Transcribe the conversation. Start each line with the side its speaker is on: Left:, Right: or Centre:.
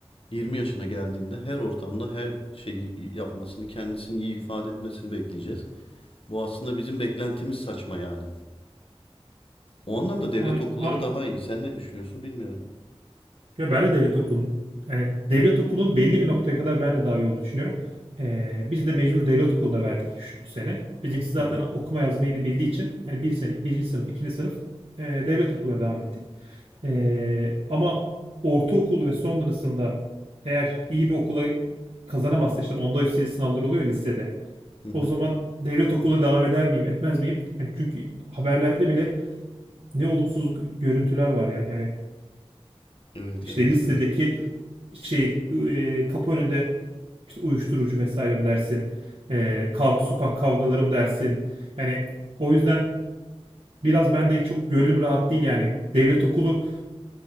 Left: 20 yaşına geldiğinde her ortamda her şeyi yapmasını, kendisini iyi ifade etmesini bekleyeceğiz. Bu aslında bizim beklentimiz saçma yani. O anlamda devlet
Right: A-
Left: okulları
Right: a-
Left: daha iyi. Sen ne düşünüyorsun bilmiyorum.
Right: Ya ben de devlet okulun yani devlet okulunun belli bir noktaya kadar ben de daha iyi olduğunu düşünüyorum. Ee, biz de mecbur devlet okuluna verdik şu, bu sene. Bizimkisi zaten
Left: Hı hı,
Right: okuma yazmayı da bildiği için yani bir sene, birinci sınıf, ikinci sınıf e, devlet okuluna devam ettik. Ee, ama ortaokul ve sonrasında eğer iyi bir okula kazanamazsa işte onda üsteli sınavlar oluyor ya lisede.
Left: hı hı.
Right: O zaman devlet okuluna devam eder miyim, etmez miyim? Yani çünkü haberlerde bile ne olumsuz görüntüler var ya. Yani
Left: Evet
Right: işte
Left: evet
Right: listedeki
Left: evet.
Right: şey ıı, e, kapı önünde işte uyuşturucu vesaire mi dersin? E, kav sokak kavgaları mı dersin? Yani o yüzden biraz ben de çok gönlüm rahat değil yani. Devlet okulu